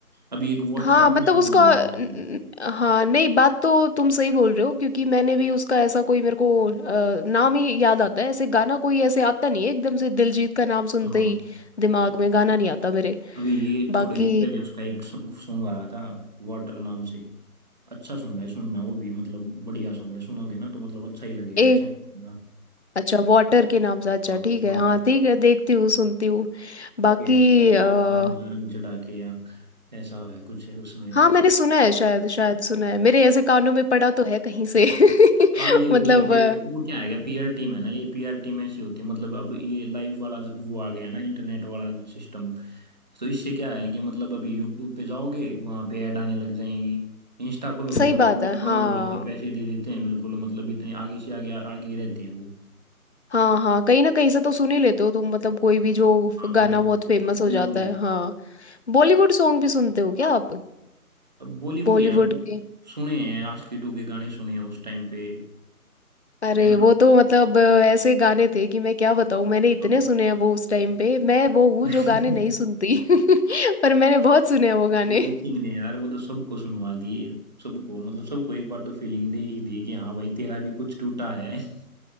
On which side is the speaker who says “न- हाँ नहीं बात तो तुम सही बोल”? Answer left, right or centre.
Left